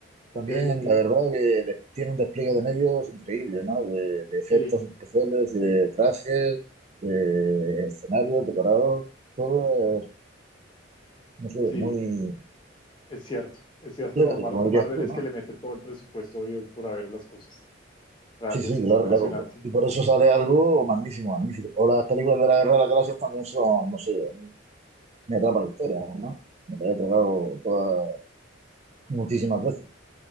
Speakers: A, on the left; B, on the right.
A: ok,
B: También,
A: ok,
B: la verdad, que de- tiene un despliegue de medios increíble, ¿no? De, de efectos
A: sí,
B: especiales, de
A: sí,
B: trajes, de escenarios, decorados, todo es, no sé,
A: sí,
B: muy
A: es cierto, es cierto,
B: chévere,
A: no, Mar-
B: como
A: Marvel
B: dirías tú,
A: es
B: ¿no?
A: que le mete todo el presupuesto obvio, por haber las cosas. Realmente
B: Sí, sí, claro,
A: es impresionante.
B: claro. Y por eso sale algo magnífico, magnífico. O las películas de la Guerra de las Galaxias también son, no sé, a mí me atrapa la historia, ¿no? Me la he tragado todas, muchísimas veces.